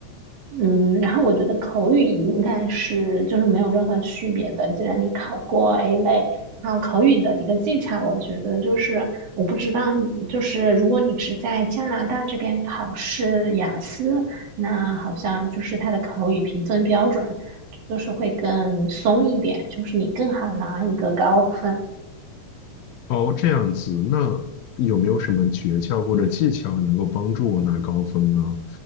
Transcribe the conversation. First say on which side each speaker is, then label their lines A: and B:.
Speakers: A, on the right; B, on the left.
A: 嗯，然后我觉得口语应该是就是没有任何区别的。既然你考过 A 类，然后口语的一个技巧，我觉得就是我不知道你，就是如果你是在加拿大这边考试雅思，那好像就是它的口语评分标准就是会更松一点，就是你更好拿一个高分。
B: 哦，这样子，那有没有什么诀窍或者技巧能够帮助我拿高分呢？